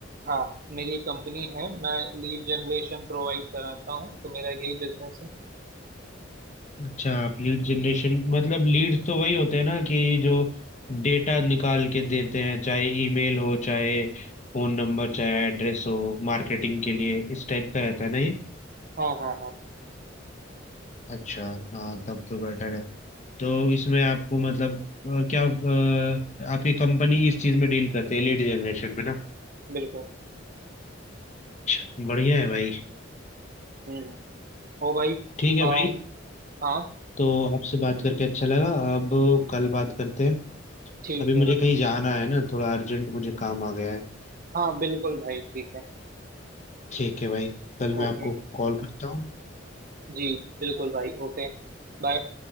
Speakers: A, on the right; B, on the left.
A: हाँ मेरी एक कंपनी है मैं लीड जनरेशन प्रोवाइड कराता हूँ तो मेरा यही बिजनेस है
B: अच्छा आप लीड जनरेशन मतलब लीड्स तो वही होते हैं ना कि जो डेटा निकाल के देते हैं चाहे ईमेल हो चाहे फोन नंबर चाहे एड्रेस हो मार्केटिंग के लिए इस टाइप का रहता है ना ये
A: हाँ हाँ हाँ
B: अच्छा हाँ तब तो बेटर है तो इसमें आपको मतलब अ, क्या अ, आपकी कंपनी इस चीज़ में डील करते है लीड जनरेशन में ना
A: बिल्कुल
B: अच्छा बढ़िया है भाई
A: हम्म ओ भाई
B: ठीक है
A: आ,
B: भाई
A: हाँ
B: तो आपसे बात करके अच्छा लगा अब कल बात करते हैं
A: ठीक
B: अभी मुझे
A: है भाई
B: कहीं जाना है ना थोड़ा अर्जेंट मुझे काम आ गया है
A: हाँ बिल्कुल भाई ठीक है
B: ठीक है भाई कल मैं
A: ओके
B: आपको कॉल करता हूँ
A: जी बिल्कुल भाई ओके बाय